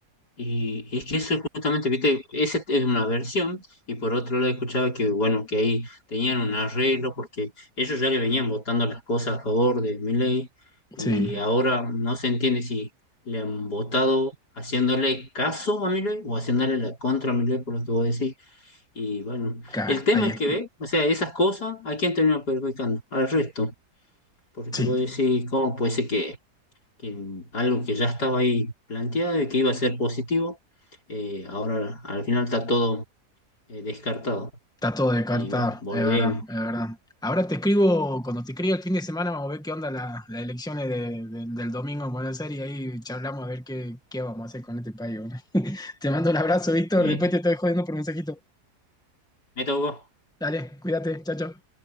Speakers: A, on the left (about 85°); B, in the centre.
A: Y, y es que eso es justamente, viste, esa es una versión, y por otro lado escuchaba que, bueno, que ahí tenían un arreglo, porque ellos ya le venían votando las cosas a favor de Milei, y
B: Sí,
A: ahora no se entiende si le han votado haciéndole caso a Milei o haciéndole la contra a Milei, por lo que vos decís. Y bueno,
B: claro,
A: el tema
B: ahí
A: es
B: es.
A: que ve, o sea, esas cosas, ¿a quién termina perjudicando? Al resto, porque
B: Sí,
A: vos decís, ¿cómo puede ser que que algo que ya estaba ahí planteado y que iba a ser positivo, eh, ahora al final está todo eh, descartado.
B: está todo de carta,
A: Y bueno, volvemos.
B: es verdad, es verdad. Ahora te escribo, cuando te escribo el fin de semana, vamos a ver qué onda la- las elecciones de- de- del domingo en Buenos Aires y ahí charlamos a ver qué, qué vamos a hacer con este país. ¿no? Te mando un abrazo, Víctor.
A: Met-
B: Después te estoy jodiendo por mensajito.
A: meta Hugo.
B: Dale, cuídate. Chao, chao.